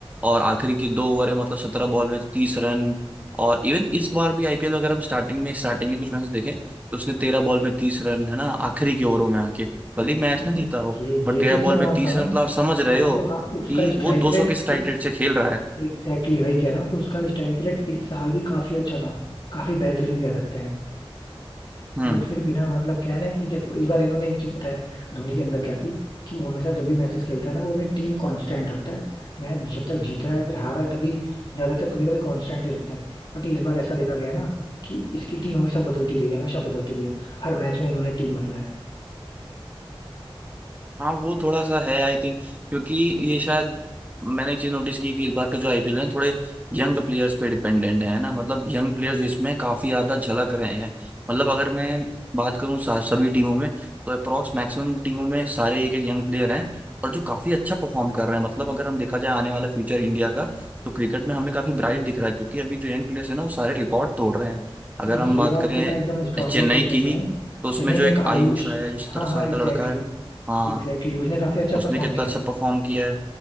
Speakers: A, on the right; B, on the left.
A: और आखिरी के दो ओवर है मतलब सत्रह बॉल में तीस रन और इवन इस बार भी आईपीएल अगर हम स्टार्टिंग में स्टार्टिंग में कुछ मैचेस देखें तो उसने तेरह बॉल में तीस रन है ना आखिरी के ओवरों में आके भले ही मैच
B: नहीं
A: ना
B: नहीं
A: जीता हो
B: ये
A: बट
B: ये
A: तेरह
B: चीज तो
A: बॉल
B: मैं
A: में
B: मानता
A: तीस
B: हूँ
A: रन मतलब आप समझ रहे
B: कि मतलब
A: हो
B: हाँ उसका
A: कि
B: स्ट्राइक
A: वो 200
B: रेट
A: के स्ट्राइक
B: इस
A: रेट से खेल रहा है
B: एग्जैक्टली exactly वही कह रहा हूँ कि उसका स्ट्राइक रेट इस साल भी काफी अच्छा था काफी बेहतरीन कह सकते हैं
A: हम्म
B: बट फिर भी ना मतलब क्या है ना कि देखो इस बार इन्होंने एक चीज पता है धोनी के अंदर क्या थी कि वो हमेशा जब भी मैचेस खेलता है ना वो अपनी टीम कांस्टेंट रखता है मैच जब तक जीत रहा है या फिर हार रहा है तभी ज्यादातर कभी कभी कांस्टेंट ही रखता है बट इस बार ऐसा देखा गया है ना कि इसकी टीम हमेशा बदलती रही है हमेशा बदलती रही है हर मैच में इन्होंने टीम बदला है
A: हाँ वो थोड़ा सा है आई थिंक क्योंकि ये शायद मैंने एक चीज नोटिस की कि इस बार का जो आईपीएल है थोड़े यंग प्लेयर्स पे डिपेंडेंट है ना मतलब यंग प्लेयर्स इसमें काफी ज्यादा झलक रहे हैं मतलब अगर मैं बात करूँ सभी टीमों में तो अप्रोक्स मैक्सिमम टीमों में सारे एक एक यंग प्लेयर हैं और जो काफी अच्छा परफॉर्म कर रहे हैं मतलब अगर हम देखा जाए आने वाला फ्यूचर इंडिया का तो क्रिकेट में हमें काफी ब्राइट दिख रहा है क्योंकि अभी जो यंग प्लेयर्स है ना वो सारे रिकॉर्ड तोड़ रहे हैं अगर
B: नहीं
A: हम
B: ये
A: बात
B: बात
A: करें
B: तो मैं एकदम स्ट्रांगली
A: चेन्नई
B: एग्री करता
A: की ही
B: हूँ
A: तो उसमें
B: चेन्नई
A: जो
B: में
A: एक
B: एक आयुष
A: आयुष आया है, जो सत्रह
B: हाँ
A: साल
B: हाँ एग्जैक्टली
A: का लड़का है
B: exactly,
A: हाँ
B: एग्जैक्टली exactly, उसने काफी अच्छा
A: उसने
B: परफॉर्म
A: कितना
B: किया
A: अच्छा
B: था
A: परफॉर्म किया है